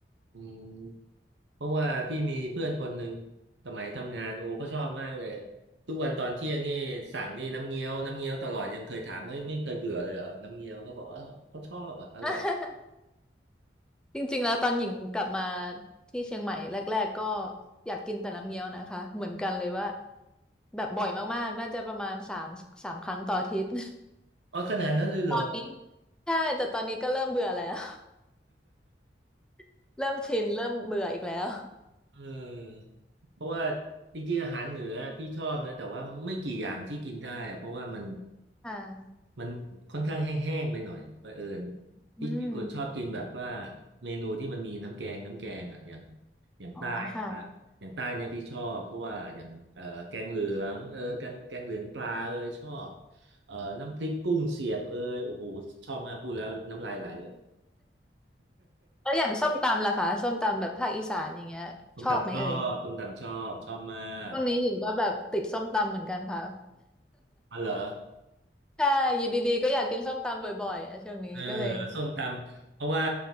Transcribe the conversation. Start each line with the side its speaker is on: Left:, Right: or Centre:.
Right: อืม เพราะว่าพี่มีเพื่อนคนหนึ่งสมัยทำงานโอ้เขาชอบมากเลยทุกวันตอนเที่ยงนี่สั่งนี่น้ำเงี้ยวน้ำเงี้ยวตลอดยังเคยถามไม่ไม่เคยเบื่อเลยเหรอน้ำเงี้ยวเขาบอกว่าเออเขาชอบอ่ะอร่อย
Centre: <laughs> จริงๆ แล้วตอนหญิงกลับมาที่เชียงใหม่แรกๆก็อยากกินแต่น้ำเงี้ยวนะคะเหมือนกันเลยว่าแบบบ่อยมากๆน่าจะประมาณสามสามครั้งต่ออาทิตย์
Right: อ๋อขนาดนั้นเลยเหรอ
Centre: <laughs> ตอนนี้ใช่แต่ตอนนี้ก็เริ่มเบื่อแล้ว <laughs> เริ่มชินเริ่มเบื่ออีกแล้ว
Right: <laughs> เออเพราะว่าจริงๆอาหารเหนือพี่ชอบนะแต่ว่าไม่กี่อย่างที่กินได้อะเพราะว่ามัน
Centre: ค่ะ
Right: มันค่อนข้างแห้งๆไปหน่อยบังเอิญ
Centre: อืม
Right: พี่คนชอบกินแบบว่าเมนูที่มันมีน้ำแกงน้ำแกงอ่ะอย่างอย่างใต้ใช่ไหมอย่างใต้เนี่ยพี่ชอบเพราะว่าอย่างเอ่อแกงเหลืองเออแกงแกงเหลืองปลาเอยชอบ
Centre: อ๋อค่ะ
Right: เอ่อน้ำพริกกุ้งเสียบเอยโอ้โหชอบมากพูดแล้วน้ำลายไหลเลย
Centre: แล้วอย่างส้มตำล่ะคะส้มตำแบบภาคอีสานอย่างเงี้ยชอบไหมเอ่ย
Right: <laughs> ส้มตำชอบส้มตำชอบชอบมาก
Centre: ช่วงนี้หญิงก็แบบติดส้มตำเหมือนกันค่ะ
Right: อ๋อเหรอ
Centre: <laughs> ใช่อยู่ดีๆก็อยากกินส้มตำบ่อยๆอ่ะช่วงนี้ก็เลย
Right: เออส้มตำเพราะว่า